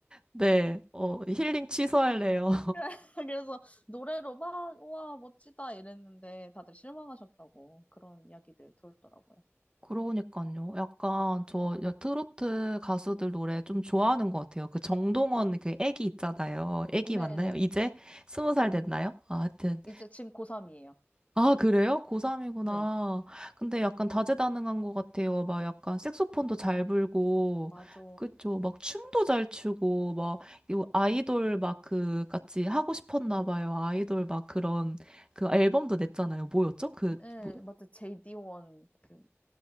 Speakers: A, on the right (about 20°); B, on the left (about 30°).
A: 네. 어, 힐링 취소할래요.
B: <laughs> 그래서 노래로 막, 우와, 멋지다 이랬는데 다들 실망하셨다고 그런 이야기들 돌더라고요.
A: 그러니까요. 약간
B: 그러니까요.
A: 저 여- 트로트 가수들 노래 좀 좋아하는 것 같아요. 그 정동원 그 애기 있잖아요. 애기
B: 네네.
A: 맞나요? 이제 스무 살 됐나요? 아, 하여튼.
B: 이제 지금 고3이에요.
A: 아, 그래요? 고3이구나.
B: 네.
A: 근데 약간 다재다능한 것 같아요. 막 약간 색소폰도 잘 불고,
B: 맞아.
A: 그쵸. 막 춤도 잘 추고, 막, 이
B: 맞아.
A: 아이돌 막 그, 같이 하고 싶었나 봐요. 아이돌 막 그런, 그 앨범도 냈잖아요. 뭐였죠? 그,
B: 예,
A: 뭐,
B: 맞아. JD1, 그,